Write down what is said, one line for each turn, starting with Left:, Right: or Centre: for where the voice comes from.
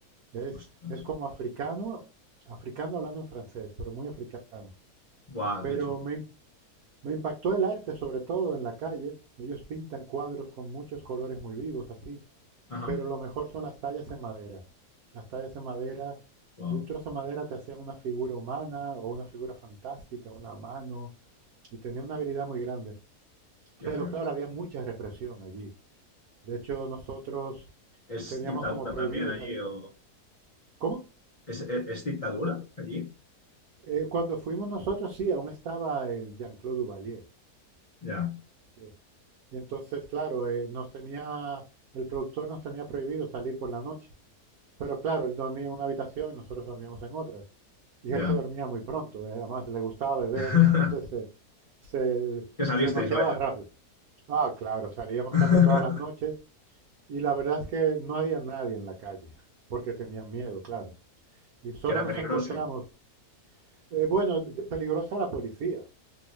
Right: Es,
Left: Ostras.
Right: es como africano, africano hablando en francés, pero muy africano.
Left: Buah,
Right: Pero
Left: qué chulo.
Right: me, im- me impactó el arte, sobre todo en la calle. Ellos pintan cuadros con muchos colores muy vivos, así.
Left: Ajá.
Right: Pero lo mejor son las tallas en madera. Las tallas en madera,
Left: Wow,
Right: de un trozo de madera te hacían una figura humana o una figura fantástica, una mano, y tenía una habilidad muy grande.
Left: qué
Right: Pero
Left: heavy.
Right: claro, había mucha represión allí. De hecho, nosotros
Left: ¿Es
Right: teníamos
Left: dictadura
Right: como prohibido
Left: también allí
Right: salir.
Left: o
Right: ¿Cómo?
Left: es, es- es dictadura allí?
Right: Eh, cuando fuimos nosotros, sí, aún estaba el Jean-Claude Duvalier.
Left: Ya,
Right: que- y entonces, claro, eh, nos tenía, el productor nos tenía prohibido salir por la noche. Pero claro, él dormía en una habitación y nosotros dormíamos en otra. Y
Left: ya.
Right: él se dormía muy pronto, eh, además le gustaba beber,
Left: <laughs>
Right: <laughs> entonces se, se,
Left: Que salisteis,
Right: se noqueaba
Left: vaya.
Right: rápido. Ah, claro, salíamos
Left: <laughs>
Right: casi todas las noches y la verdad es que no había nadie en la calle, porque tenían miedo, claro. Y solo
Left: Que era
Right: nos
Left: peligroso.
Right: encontramos, eh, bueno, peligrosa la policía,